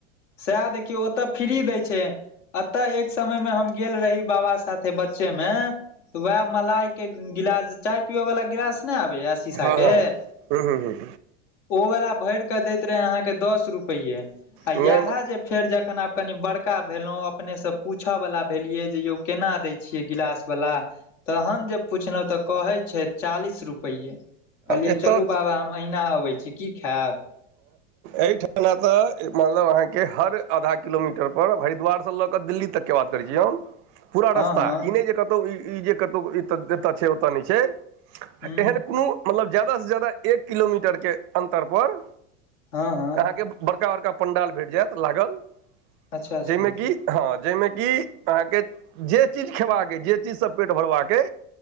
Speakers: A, on the left; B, on the right.
A: सएह देखियौ ओतय फ्री दय छै एतय एक समय मे हम गेल रही बाबा साथे बच्चे मे तऽ वएह मलाइ के गिलास चाय पियो वालला गिलास नय आबे या शीशा
B: हँ
A: के
B: हँ हँ
A: ओ वला भर कऽ दैत रहे अहाँके दस रुपे आ
B: नहि
A: इएह
B: नहि
A: जे फेर जखन आब कनि बड़का भेलहुँ अपनेसँ पूछऽवला भेलियै जे यौ केना दय छियै गिलास वला तहन जे पुछलहु तऽ कहै छय चालीस रुपे कहलियै
B: एतय
A: चलू बाबा हम अहिना अबय छी की खायब
B: एहिठना तऽ मतलब अहाँके हर आधा किलोमीटर पर हरिद्वारसँ लऽ कऽ दिल्ली तक के बात करजए हम पूरा
A: हँ
B: रास्ता
A: हँ
B: ई नय जे कतहु ई जे कतहु एतय छै ओतय नहि छै
A: हूँ
B: एहन कुनु मतलब जा्यदासँ जादा एक किलोमीटरके अन्तरपर
A: हँ हँ
B: अहाँके बड़का बड़का पंडाल भेट जैत लागल
A: अच्छा अच्छा
B: जाहि में
A: हूँ
B: कि हँ जाहि में कि अहाँके जे चीज खेबाक अ जे चीजसँ पेट भरबाके